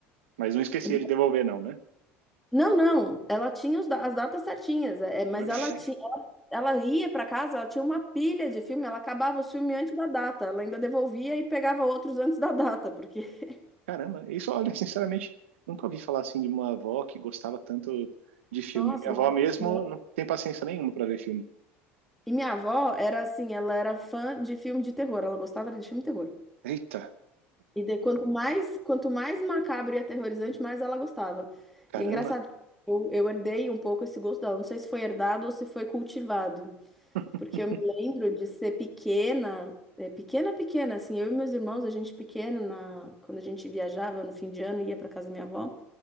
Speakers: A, on the right; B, in the centre.
A: Mas não esquecia
B: E
A: de devolver, não, né?
B: Não, não, ela tinha os da- as datas certinhas, é, é, mas
A: Olha
B: ela
A: só.
B: tinha, ela ia para casa, ela tinha uma pilha de filme, ela acabava os filmes antes da data, ela ainda devolvia e pegava outros antes da data, porque, <laughs>
A: Caramba, isso, olha, sinceramente, nunca ouvi falar assim de uma avó que gostava tanto de filme.
B: nossa,
A: Minha
B: minha
A: avó
B: avó-
A: mesmo
B: minha-
A: não tem paciência nenhuma para ver filme.
B: e minha avó era assim, ela era fã de filme de terror, ela gostava de filme de terror.
A: Eita,
B: E de, quanto mais, quanto mais macabro e aterrorizante, mais ela gostava.
A: caramba.
B: E é engraçado, eu, eu herdei um pouco esse gosto dela, não sei se foi herdado ou se foi cultivado.
A: <laughs>
B: Porque eu me lembro de ser pequena, é, pequena, pequena, assim, eu e meus irmãos, a gente pequeno, na, quando a gente viajava no fim de ano, ia para casa da minha avó.